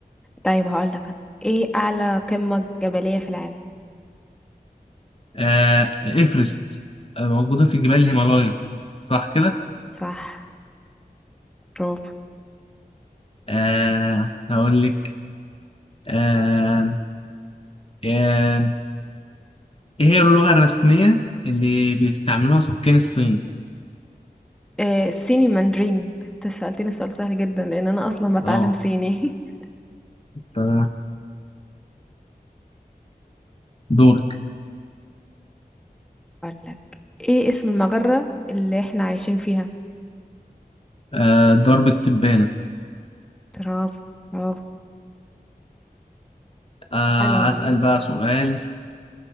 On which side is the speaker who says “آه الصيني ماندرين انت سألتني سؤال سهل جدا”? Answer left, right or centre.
Centre